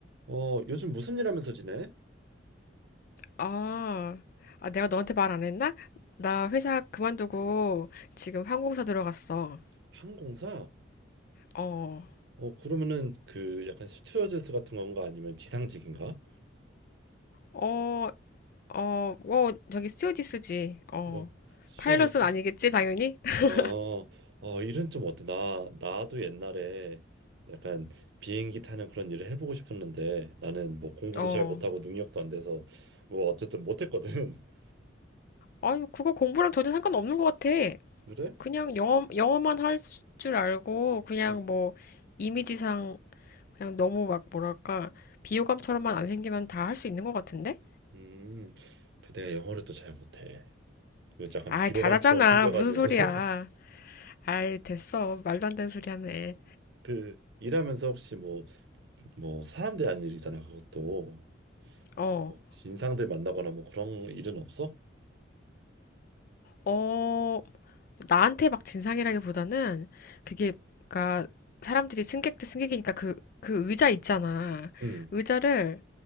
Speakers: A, on the right; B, on the left.
A: 어, 요즘 무슨 일 하면서 지내?
B: 아, 아, 내가 너한테 말 안 했나? 나 회사 그만두고 지금 항공사 들어갔어.
A: 항공사?
B: 어,
A: 어, 그러면은 그 약간 스튜어디스 같은 건가 아니면 지상직인가?
B: 어, 어, 어, 저기 스튜어디스지. 어,
A: 어, 스튜어디스?
B: 파일럿은 아니겠지, 당연히? <laughs>
A: 어, 어, 일은 좀 어때? 나, 나도 옛날에 약간 비행기 타는 그런 일을 해보고 싶었는데 나는 뭐 공부도
B: 어,
A: 잘 못하고 능력도 안 돼서 뭐 어쨌든 못했거든. <laughs>
B: 아유, 그거 공부랑 전혀 상관없는 것 같아.
A: 그래?
B: 그냥 영어, 영어만 할 줄 알고, 그냥
A: 음,
B: 뭐, 이미지상, 그냥 너무 막, 뭐랄까, 비호감처럼만 안 생기면 다 할 수 있는 것 같은데?
A: 음, 그 내가 영어를 또 잘 못해. 그 약간
B: 아,
A: 비호감처럼
B: 잘하잖아.
A: 생겨가지고
B: 무슨 소리야.
A: <laughs>
B: 아이, 됐어. 말도 안 되는 소리 하네.
A: 그 일하면서 혹시 뭐 뭐 사람 대한 일이잖아 그것도
B: 어,
A: 뭐 진상들 만나거나 뭐 그런 일은 없어?
B: 어, 나한테 막 진상이라기보다는 그게, 그니까 사람들이 승객 대 승객이니까 그, 그 의자 있잖아.
A: 응
B: 의자를